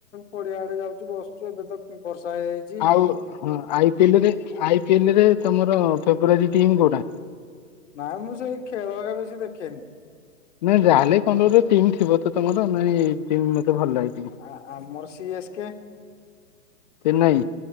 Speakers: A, on the left; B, on the left.
A: ପଡିଆଡେ ଯାଉଛି ବସୁଚୁ ଏବେ ତ ବର୍ଷା ହେଇଯାଇଚି।
B: ଆଉ ହଁ ଆଇ ପି ଏଲ ରେ ତମର ଫେବରରି ଟିମ୍ କୋଉଟା।
A: ନାଇଁ ମୁଁ ସେଇ ଖେଳ ହେଗା ବେଶୀ ଦେଖେନି।
B: ନାଇଁ ଯାହାେଲେ କଣ ଗୋଟେ ଟିମ୍ ଥିବ ତ ତମର ନା ଏଇ ଟିମ୍ ମତେ ଭଲ ଲାଗେ ଟିକେ।
A: ଆ ଆ ମୋର ସି ଏସ୍ କେ।
B: ଚେନ୍ନାଇ